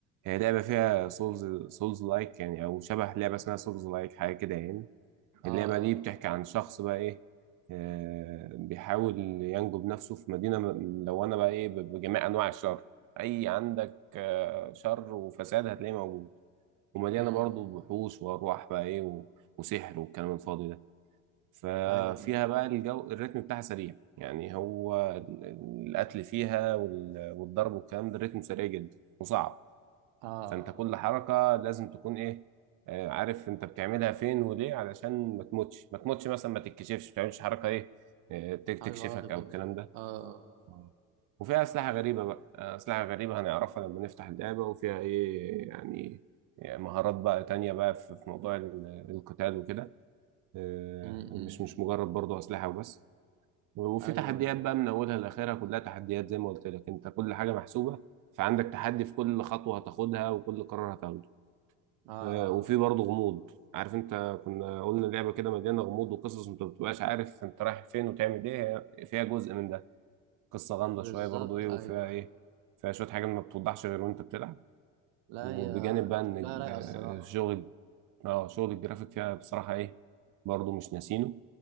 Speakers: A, on the right; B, on the right.
A: هي لعبة فيها سولز سولز لايك يعني أو شبه لعبة اسمها سولز لايك حاجة كده يعني
B: اه
A: اللعبة
B: اه
A: دي بتحكي عن شخص بقى إيه آه بيحاول ينجو بنفسه في مدينة ملونة بقى إيه ب- بجميع أنواع الشر أي عندك آه شر وفساد هتلاقيه موجود ومليانة
B: امم
A: برضه وحوش وأرواح بقى إيه و- وسحر والكلام الفاضي ده ففيها
B: ايوه أيوه.
A: بقى الجو الريتم بتاعها سريع يعني هو ال- القتل فيها وال- والضرب والكلام ده الريتم سريع جدا وصعب
B: اه
A: فانت كل حركة لازم تكون ايه آه، عارف انت بتعملها فين وليه علشان ما تموتش ما تموتش مثلا ما تتكشفش ما تعملش حركة ايه آه، تك-
B: حاجة
A: تكشفك
B: غلط
A: او
B: كده
A: الكلام ده
B: اه
A: آه. وفيها أسلحة غريبة بقى أسلحة غريبة هنعرفها لما نفتح اللعبة وفيها إيه يعني يعني مهارات بقى تانية بقى في في موضوع ال- القتال وكده آه،
B: م -م.
A: مش مش مجرد برضه أسلحة وبس وفي
B: ايوه
A: تحديات بقى من أولها لآخرها كلها تحديات زي ما قلت لك أنت كل حاجة محسوبة فعندك تحدي في كل خطوة هتاخدها وكل قرار هتاخده
B: اه
A: آه، وفي برضه غموض عارف انت كنا قلنا لعبه كده مليانه غموض وقصص انت ما بتبقاش عارف انت رايح فين وتعمل ايه هي فيها جزء من ده قصه غامضه
B: بالظبط
A: شويه برضه ايه
B: ايوه
A: وفيها ايه فيها شويه حاجات ما بتوضحش غير وانت بتلعب
B: لا
A: وبجانب
B: هي
A: بقى ان
B: شكلها رايقة
A: آه،
B: الصراحة
A: شغل اه شغل الجرافيك فيها بصراحه ايه برضه مش ناسينه